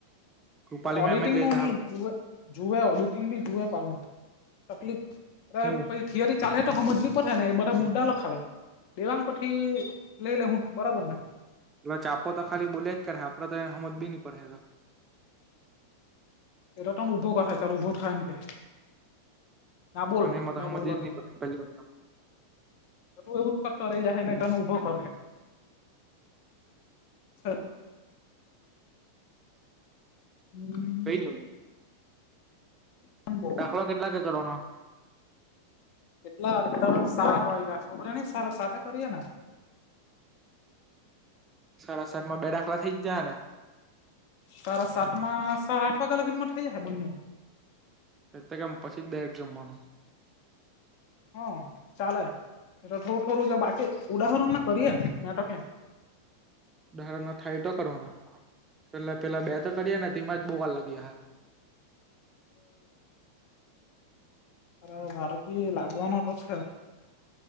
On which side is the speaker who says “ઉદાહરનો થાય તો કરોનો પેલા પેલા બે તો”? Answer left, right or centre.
Right